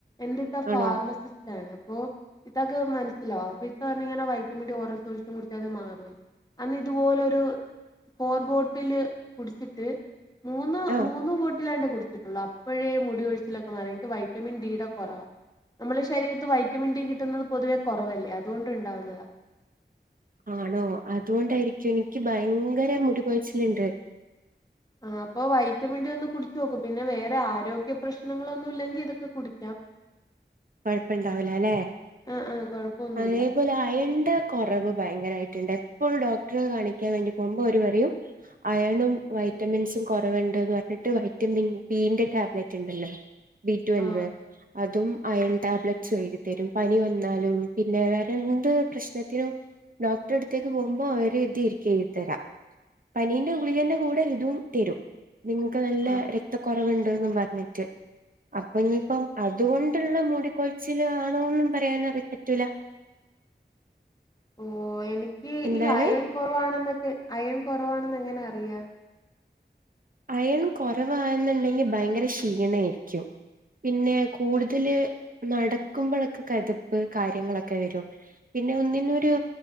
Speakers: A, on the left; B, on the right.
A: എൻ്റെ ഇത്ത
B: ആണോ
A: ഫാർമസിസ്റ്റ് ത്തണ് അപ്പോ ഇത്താക്ക് മനസ്സിലാവും അപ്പൊ ഇത്ത പറഞ്ഞിങ്ങനെ വൈറ്റമിന്റെ ഓറൽ സൊല്യൂഷൻ കുടിച്ച അത് മാറുന്ന് അന്ന് ഇതുപോലെരു ഫോർബോട്ടിൽ കുടിച്ചിട്ട് മൂന്ന്
B: ആഹ്
A: മൂന്ന് മ്പോട്ടില്ലാണ്ടേ കുടിച്ചിട്ടുള്ളു അപ്പോഴേ മുടിയൊഴിച്ചിലൊക്കെ മാറി എനിക്ക് വൈറ്റമിൻ ഡിയുടെ കുറവാ നമ്മുടെ ശരീരത്ത് വൈറ്റമിൻ ഡി കിട്ടുന്നത് പൊതുവെ കുറവല്ലേ അതുകൊണ്ട് ഉണ്ടാവുന്നതാ
B: ആണോ അതുകൊണ്ടായിരിക്കും എനിക്ക് ഭയങ്കര മുടി കൊഴിച്ചില്ണ്ട്
A: ആഹ് അപ്പോ വൈറ്റമിൻ ഡി ഒന്ന് കുടി കുടിച്ച് നോക്ക് പിന്നെ വേറെ ആരോഗ്യ പ്രശ്നങ്ങളൊന്നും ഇല്ലെങ്കി ഇതൊക്കെ കുടിക്കാം
B: കുഴപ്പോണ്ടാവൂലല്ലെ
A: ആ ആ കുഴപ്പമൊന്നുമില്ല
B: അത് അതുപോലെ അയന്റെ കുറവ് ഭയങ്കരായിട്ടുണ്ട് എപ്പോഴും ഡോക്ടർ കാണിക്കാൻ വേണ്ടി പോവുമ്പോ ഓര് പറയും അയണും വൈറ്റമിൻസും കുറവുണ്ട്ന്ന് പറഞ്ഞിട്ട് വൈറ്റമിൻ ബിന്റെ ടാബ്ലറ്റ് ഉണ്ടല്ലോ ബി ട്വൽവ്
A: ആ
B: അതും അയൺ ടാബ്ലറ്റ്സ് എഴുതി തരും പനി വന്നാലും പിന്നെ വേറെ എന്ത് പ്രശ്നത്തിനും ഡോക്ടറെ അടുത്തേക്ക് പോകുമ്പോൾഅവര് ഇത് ആയിരിക്കും എഴുതി തരാ പനീന്റെ ഗുളികന്റെ കൂടെ ഇതും തരും നിങ്ങക്ക് നല്ല
A: ആ
B: രക്തക്കുറവുണ്ട്ന്ന് പറഞ്ഞിട്ട് അപ്പൊ ഇനിയിപ്പം അതുകൊണ്ടുള്ള മുടിക്കൊഴച്ചിൽ ആണോന്നും പറയാനും അറിയ പറ്റൂല
A: ഓഹ് എനിക്ക്
B: എന്താണ്
A: ഈ അയൺ കുറവാണെന്നൊക്കെ അയൺ കുറവാണെന്ന് എങ്ങനെ അറിയ
B: അയൺ കുറവാണെന്നുണ്ടെങ്കിൽ ഭയങ്കര ക്ഷീണം ആയിരിക്കും പിന്നെ കൂടുതല് നടക്കുമ്പോഴൊക്കെ കെതിപ്പ് കാര്യങ്ങളൊക്കെ വരും പിന്നെ ഒന്നിനൊരു